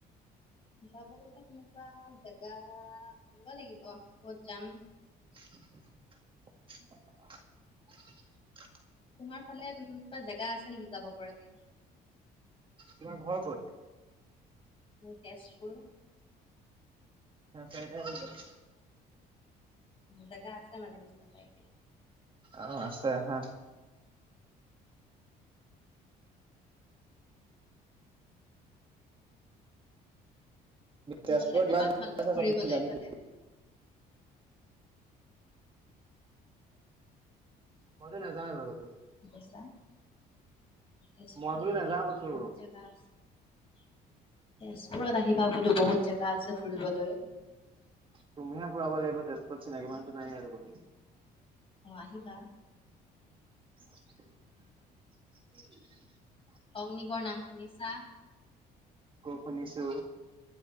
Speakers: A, on the left; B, on the right.
A: যাবলগীয়া তেনেকুৱা জেগা ভাবিব লাগিব। ক'ত যাম?
B: <unintelligible>
A: তোমাৰ ফালে কোনোবা জেগা আছে নেকি যাব পৰাকে?
B: তোমাৰ ঘৰ ক'ত?
A: তেজপুৰ।
B: চাইতে আহি যা <inaudible>
A: জেগা আছে মানে বিশ্ব চাৰিআলিত?
B: অ' আছে আহা। তেজপুৰত
A: গ'লে কবা
B: ইমান জেগা
A: তোমালোকে
B: আছে
A: ফুৰিবলে
B: চব ঘূৰিলা নেকি?
A: গ'লে
B: মই যে নাজাও এইবাৰ কতো।
A: কি কৈছা তেজপুৰত
B: মই বোলো
A: আহিবা
B: নাযাওঁ ক'তো।
A: বহুত জেগা আছে। তেজপুৰত আহিবা বোলো বহুত জোগা আছে ফুৰিবলৈ।
B: তুমিহে ফুৰাব লাগিব তেজপুৰত। চিনাকিমানোতো নাই আৰু কোনো
A: অ' আহিবা।
B: <inaudible>
A: অগ্নিগড় নাম শুনিছা?
B: ক'শুনিছো।